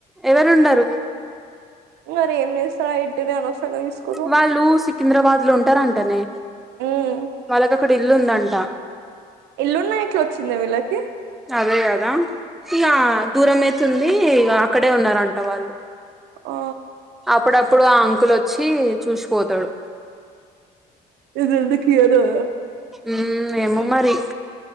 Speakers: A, in the centre; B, on the right (about 85°).
A: ఎవరున్నారు
B: మరి ఏం చేస్తారు ఆ ఇంటినీ అనవసరంగా తీసుకున్నారు
A: వాళ్ళు సికింద్రాబాద్ లో ఉంటారంటనే
B: ఉమ్
A: వాళ్ళకు అక్కడ ఇల్లుందంట
B: ఇల్లున్నా ఎట్లా వొచ్చిందే వీళ్ళకి
A: అదే గాదా ఇక దూరం అయితుంది ఇగా అక్కడే ఉన్నారంట వాళ్ళు
B: ఆ
A: అప్పుడప్పుడు ఆ అంకులు వచ్చి చూసిపోతాడు
B: ఇది ఎందుకు ఇయాలేదా
A: ఉ ఏమో మరి